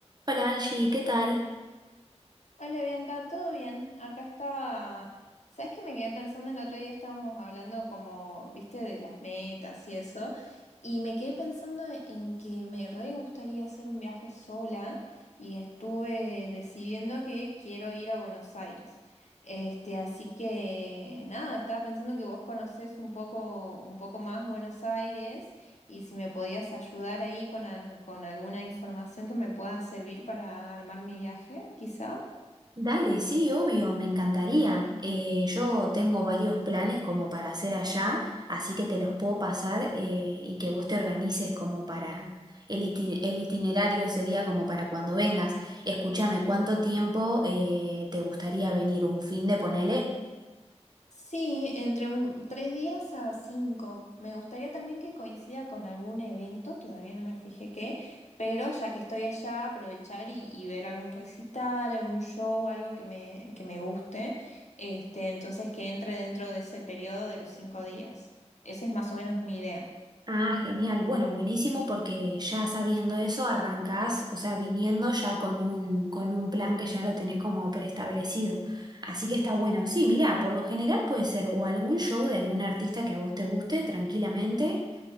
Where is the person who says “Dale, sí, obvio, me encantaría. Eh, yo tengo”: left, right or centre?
Right